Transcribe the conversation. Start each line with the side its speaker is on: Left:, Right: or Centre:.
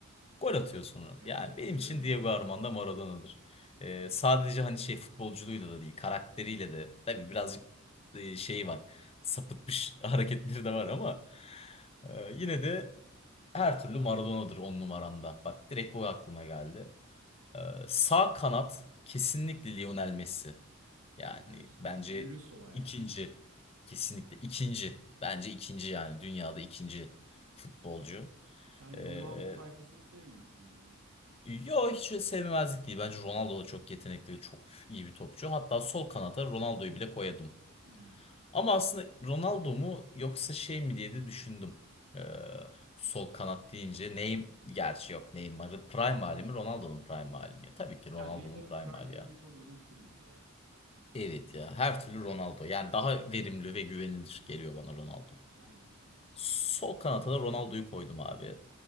Left: Gol atıyor sonra.
Right: Evet
Left: Yani
Right: evet
Left: benim
Right: biliyorum
Left: için Diego
Right: o golü.
Left: Armando Maradona'dır. Ee, sadece hani şey futbolculuğuyla da değil, karakteriyle de tabii birazcık e, şey var. Sapıtmış <laughs> hareketleri de var ama e, yine de her türlü Maradona'dır on numaramda. Bak direkt o aklıma geldi. Ee, sağ kanat kesinlikle Lionel Messi. Yani
Right: diyorsun.
Left: bence
Right: Büyülü sol ayak.
Left: ikinci. Kesinlikle ikinci. Bence ikinci yani dünyada ikinci futbolcu.
Right: Sen
Left: Ee,
Right: Ronaldo tayfasını sevmiyorsun o zaman.
Left: Yo hiç öyle değil. Bence Ronaldo da çok yetenekli ve çok iyi bir topçu. Hatta sol kanata Ronaldo'yu bile koyadım.
Right: Hmm.
Left: Ama aslında Ronaldo mu yoksa şey mi diye de düşündüm. Ee, sol kanat deyince Neymar gerçi yok Neymar'ı prime hali mi Ronaldo'nun prime hali mi? Ya, Tabii ki Ronaldo'nun
Right: Ya Neymar'ın
Left: prime
Right: prime
Left: hali
Right: dönemi
Left: ya.
Right: çok uzun sürmedi ya.
Left: Evet ya her türlü Ronaldo. Yani daha verimli ve güvenilir geliyor bana Ronaldo.
Right: Bence de.
Left: Sol kanata da Ronaldo'yu koydum abi.